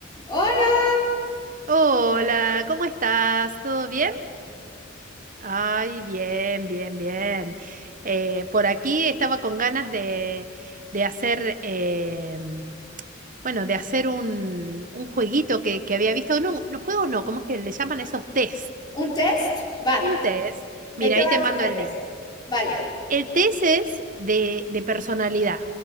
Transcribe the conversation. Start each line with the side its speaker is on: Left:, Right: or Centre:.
Left: Hola.
Right: Hola, ¿cómo estás? ¿Todo bien? Ay, bien, bien, bien. Eh, por aquí estaba con ganas de, de hacer, em, bueno, de hacer un, un jueguito que, que había visto. No, no juegos no, ¿cómo es que le llaman esos test?
Left: ¿Un test? Va.
Right: Un test.
Left: ¿De
Right: Mira,
Left: qué
Right: ahí
Left: va
Right: te
Left: a
Right: mando
Left: ser
Right: el
Left: el test?
Right: link.
Left: Vale.
Right: El test es de, de personalidad.